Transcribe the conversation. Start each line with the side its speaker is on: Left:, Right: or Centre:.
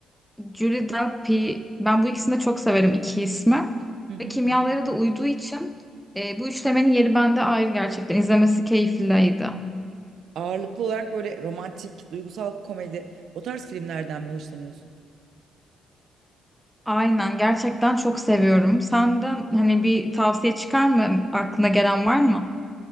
Centre: Julie Delpy ben bu ikisini de çok severim iki ismi
Right: Hı hı.
Centre: ve kimyaları
Right: Hı hı.
Centre: da uyduğu için e, bu üçlemenin yeri bende ayrı gerçekten izlemesi keyifliydi.
Right: Ağırlıklı olarak böyle romantik, duygusal komedi o tarz filmlerden mi hoşlanıyorsun?
Centre: Aynen gerçekten çok seviyorum. Senden hani bir tavsiye çıkar mı? Aklına gelen var mı?